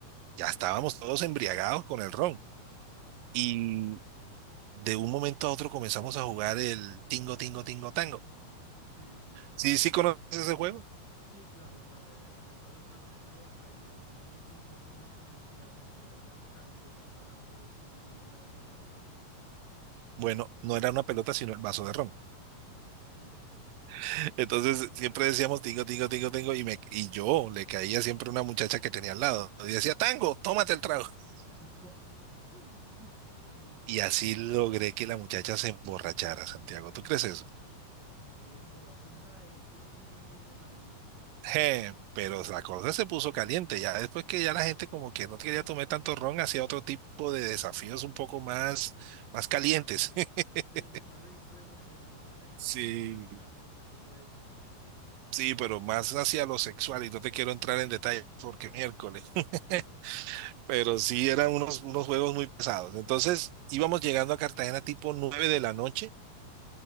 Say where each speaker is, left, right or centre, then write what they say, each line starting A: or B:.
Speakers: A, on the right; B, on the right.
A: ya estábamos todos embriagados con el ron. Y de un momento a otro comenzamos a jugar el tingo, tingo, tingo, tango.
B: Sí, sí.
A: ¿Sí, sí conoces ese juego?
B: Sí, claro, claro. En el que pasan una pelota y una persona dice tingo, tingo, tingo, y hasta que le digan tango, para pues y mira dónde queda la pelota.
A: Bueno, no era una pelota, sino el vaso de ron.
B: Sí, sí.
A: <laughs> Entonces siempre decíamos tingo, tingo, tingo, tingo, y, me, y yo le caía siempre una muchacha que tenía al lado. Y decía, Tango, tómate el trago. <laughs>
B: <laughs> Sí, sí, sí.
A: Y así logré que la muchacha se emborrachara, Santiago. ¿Tú crees eso?
B: Ay, en serio, a punta de puro tingo, tingo, tango.
A: Je, pero la cosa se puso caliente. Ya después que ya la gente como que no quería tomar tanto ron, hacía otro tipo de desafíos un poco más, más calientes. <laughs>
B: Sí, sí, más extremos como el ron en
A: Sí,
B: la mochila y calientes como ese.
A: sí, pero más hacia lo sexual. Y no te quiero entrar en detalle porque miércoles. <laughs> pero sí eran unos, unos juegos muy pesados. Entonces íbamos llegando a Cartagena tipo 9 de la noche